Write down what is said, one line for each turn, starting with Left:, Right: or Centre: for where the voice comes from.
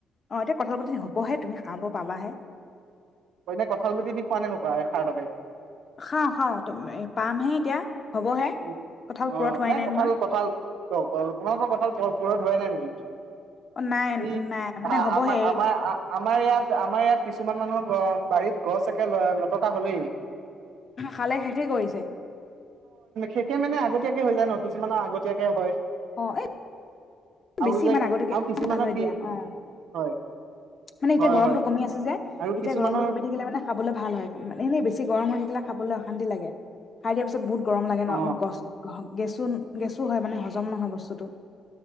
Left: অঁ এতিয়া কথাল গুটি হ'বহে তুমি খাব পাবাহে।
Right: হয়নে কঁঠাল গুটি দি খুৱা নে নোখোৱা এ ষাৰ তৰকাৰী?
Left: খাওঁ-খাওঁ পামহে এতিয়া। হ'বহে
Right: উ
Left: কঁঠাল
Right: অ
Left: পুৰত হোৱাই
Right: নাই কঁঠাল-কঁঠাল
Left: নহয়
Right: ত তোমালোকৰ কঁঠাল পুৰঠ পুৰঠ হোৱাই নাই নেকি?
Left: অ নাই
Right: এই
Left: নাই মানে হ'বহে
Right: আমাৰ-আমাৰ-আমাৰ ইয়াত আমাৰ ইয়াত কিছুমান মানুহৰ বাৰীত গছ একে লটকা হলেই
Left: খালে শেষে কৰিছে।
Right: শেষে মানে আগতীয়াকে হৈ যায় ন কিছুমানৰ আগতীয়াকে হয়।
Left: অ এ
Right: আৰু
Left: বেছি
Right: যে
Left: ইমান আগতেকে
Right: আৰু কিছুমানৰ
Left: ভাল হয়
Right: কি
Left: দিয়া অ
Right: হয়
Left: মানে এতিয়া
Right: হয়
Left: গৰমটো
Right: হয়
Left: কমি আছে যে
Right: আৰু
Left: এতিয়া
Right: কিছুমানৰ
Left: গৰমটো কমি থাকিলে মানে খাবলৈ ভাল হয় মানে এনেই বেছি গৰম হৈ থাকিলে খাবলৈ অশান্তি লাগে খাই দিয়াৰ পিছ বহুত গৰম লাগে
Right: অ
Left: ন গছ গেছো গেছো হয় মানে হজম নহয় বস্তুটো